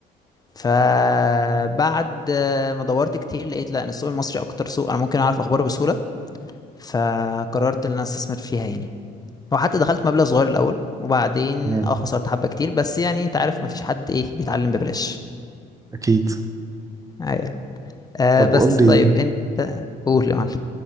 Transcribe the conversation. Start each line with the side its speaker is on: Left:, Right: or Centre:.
Left: فبعد آه، ما دورت كتير لقيت لا ان السوق المصري اكتر سوق انا ممكن اعرف اخباره بسهولة فقررت ان انا استثمر فيها يعني وحتى دخلت مبلغ صغير الاول وبعدين
Right: تمام
Left: اه خسرت حبه كتير بس يعني انت عارف مفيش حد ايه بيتعلم ببلاش
Right: اكيد
Left: ايوه آه
Right: طب
Left: بس
Right: قول لي
Left: طيب انت قول يا معلم